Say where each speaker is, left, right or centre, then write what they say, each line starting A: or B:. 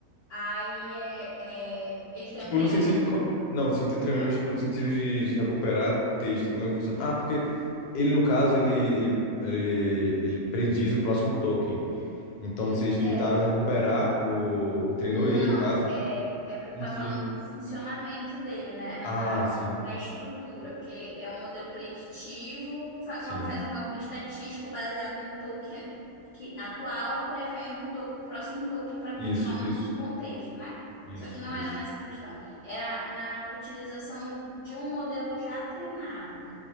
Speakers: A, on the left; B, on the left.
A: Aí é, é, ele tem
B: Tipo,
A: um treinamento.
B: no sentido. co- Não, sim, tem treinamento,
A: né?
B: tipo, no sentido de, de recuperar texto. Como é que funciona? Ah, porque ele, no caso, ele, ele, ele, ele prediz o próximo token. Então,
A: Hum,
B: vocês
A: É,
B: tentaram recuperar o. Treinou
A: Não,
B: ele, no caso?
A: é, é porque tu
B: Não
A: tá
B: sei.
A: falando do funcionamento dele, né? Não,
B: Ah,
A: da,
B: sim,
A: da estrutura, porque é um modelo preditivo, fa-
B: sim.
A: cal- faz um cálculo estatístico baseado no token que, atual, prevendo o, to- o próximo token para
B: Isso,
A: continuar
B: isso,
A: mantendo o contexto, né?
B: isso,
A: Só que não
B: isso.
A: era nessa questão, era na utilização de um modelo já treinado.